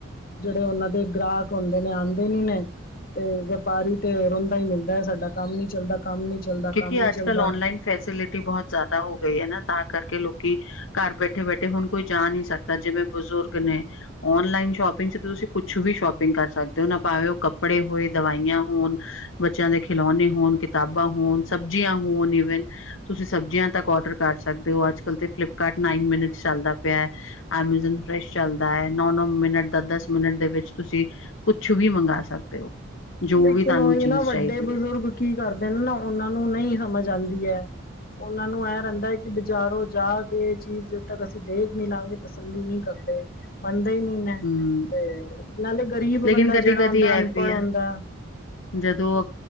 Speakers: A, on the left (about 45°); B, on the left (about 70°).
A: ਜਿਹੜੇ ਉਹਨਾਂ ਦੇ ਗ੍ਰਾਹਕ ਹੋਂਦੇ ਨੇ, ਆਂਦੇ ਨੀ ਨੇ। ਤੇ, ਵਪਾਰੀ ਤੇ ਰੋਂਦਾ ਹੀ ਮਿਲਦਾ ਹੈ ਸਾਡਾ ਕੰਮ ਨੀ ਚੱਲਦਾ। ਕੰਮ ਨੀ ਚੱਲਦਾ
B: ਕਿਉਂਕੀ
A: ਕੰਮ ਨੀ
B: ਆਜ
A: ਚੱਲਦਾ
B: ਕਲ ''ਔਨਲਾਈਨ ਫੈਸਿਲਿਟੀ ਬਹੁਤ ਜ਼ਿਆਦਾ ਹੋ ਗਈ ਹੈ ਨਾ ਤਾਂ, ਕਰ ਕੇ ਲੋਕੀ ਘਰ ਬੈਠੇ- ਬੈਠੇ ਹੁਣ ਕੋਈ ਜਾ ਨਹੀਂ ਸਕਦਾ, ਜਿਵੇਂ ਬਜ਼ੁਰਗ ਨੇ ''ਔਨਲਾਈਨ ਸ਼ੋਪਿੰਗ ਤੁਸੀਂ ਕੁਛ ਵੀ ਸ਼ੋਪਿੰਗ ਕਰ ਸਕਦੇ ਹੋ, ਨਾ ਭਾਵੇ ਓ ਕੱਪੜੇ ਹੋਏ, ਦਵਾਈਆਂ ਹੋਣ, ਬੱਚਿਆਂ ਦੇ ਖਿਲੋ ਹੋਣ ਕਿਤਾਬਾਂ ਹੋਣ ਸਬਜੀਆਂ ਹੋਣ ਈਵੇਨ ਤੁਸੀਂ ਸਬਜੀਆਂ ਤੱਕ ਔਰਡਰ ਕਰ ਸਕਦੇ ਹੋ, ਅੱਜ-ਕਲ ਤੇ ਫਲਿਪਕਾਰਟ ਨਾਈਨ ਮੀਨਟ ਚੱਲਦਾ ਪਿਆ ਐਮਾਜ਼ਾਨ ਫਰੈਸ਼ ਚੱਲਦਾ ਹੈ, ਨੌ-ਨੌ ਮਿਨਟ ਦਾ, ਦਸ-ਦਸ ਮਿੰਟ ਦੇ ਵਿੱਚ ਤੁਸੀਂ ਕੁਛ ਵੀ ਮੰਗਾ ਸਕਦੇ ਹੋ। ਜੋ
A: ਲੇਕਿਨ
B: ਵੀ ਤੁਹਾਨੂੰ
A: ਉਹੀ
B: ਚੀਜ਼
A: ਨਾ, ਵੱਡੇ
B: ਚਾਹੀਦੀ
A: ਬਜ਼ੁਰਗ
B: ਹੈ
A: ਕੀ ਕਰਦੇਨ ਨਾ, ਉਹਨਾਂ ਨੂੰ ਨਹੀਂ ਸਮਝ ਆਂਦੀ ਐ। ਉਹਨਾਂ ਨੂੰ ਇਹ ਰਹਿੰਦਾ ਕਿ ਬਜ਼ਾਰੋਂ ਜਾਕੇ, ਇਹ ਚੀਜ਼ ਜਦ ਤੱਕ ਅਸੀਂ ਦੇਖ ਨੀ ਲਾਂਗੇ, ਤਸੱਲੀ ਨਹੀਂ ਕਰ <unintelligible> ਦਾ ਨਹੀਂ ਮ
B: ਹੂੰ।
A: ਤੇ, ਨਾਲੇ ਗ਼ਰੀਬ
B: ਲੇਕਿਨ
A: ਬੰਦਾ
B: ਕਦੀ-ਕਦੀ
A: ਜਿਹੜਾ ਹੁੰਦਾ ਅਨਪੜ੍ਹ
B: ਐ ਵੀ ਆ
A: ਹੋਂਦਾ
B: ਜਦੋਂ